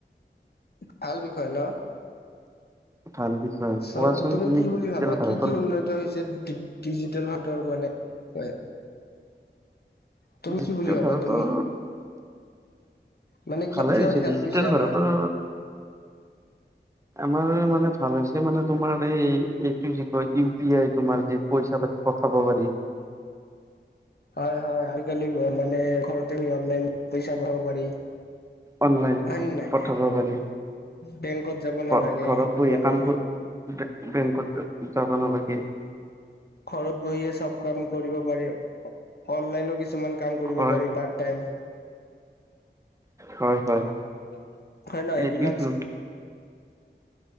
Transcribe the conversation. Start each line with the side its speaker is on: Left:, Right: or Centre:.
Left: ভাল বিষয় ন?
Right: ভাল বিষয়
Left: চ!
Right: কোৱাচোন
Left: ত তুমি কি বুলি
Right: ডিজিটেল
Left: ভাবা
Right: ভাৰতৰ
Left: কি, কি উন্নত হৈছে ডিজিটেল ভাৰতৰ মানে। হয়! তুমি
Right: ডিজিটেল
Left: কি বুলি ভাবা
Right: ভাৰতৰ
Left: তুমি মানে কিহত
Right: ভালে
Left: কিহত
Right: হৈছে
Left: হেল্প
Right: ডিজিটেল
Left: আমাৰ
Right: ভাৰতৰ আমাৰ মানে ভাল হৈছে মানে তোমাৰ, এই এইটো য কয় ইউ পি আই তোমাৰ যে পইচা পাতি পঠাব পাৰি।
Left: হয়! হয়! আজ কালি মানে ঘৰতে অনলাইন পইচা পাব পাৰি।
Right: অনলাইন
Left: হয় নে নাই?
Right: পঠাব পাৰি,
Left: বেংকত যাব নালাগে
Right: ঘ ঘৰত বহি
Left: মানে
Right: একাউণ্টত বেংকত যাব নালাগে। উম!
Left: ঘৰত বহিয়ে চব কাম কৰিব পাৰি, অনলাইনো কিছুমান কাম কৰিব
Right: হয়
Left: পাৰি পাৰ্ত টাইম।
Right: হয়! হয়!
Left: <inaudible> সম্ভৱ
Right: এইটোৱেইতো